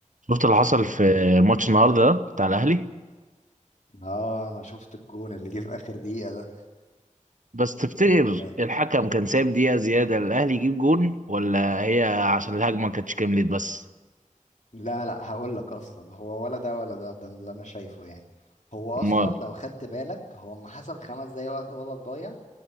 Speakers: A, on the right; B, on the left.
A: شفت اللي حصل في ماتش النهارده ده بتاع الاهلي
B: اه انا شفت الجون اللي جه في اخر دقيقة ده
A: بس تفتكر
B: ده-
A: الحكم كان سايب دقيقه زياده الاهلي يجيب جون ولا هي عشان الهجمه ما كانتش كملت بس
B: لا لا هقول لك اصلا هو ولا ده ولا ده ده اللي انا شايفه يعني هو اصلا
A: امال
B: لو خدت بالك هو اما حسب خمس دقايق وقت بدل ضايع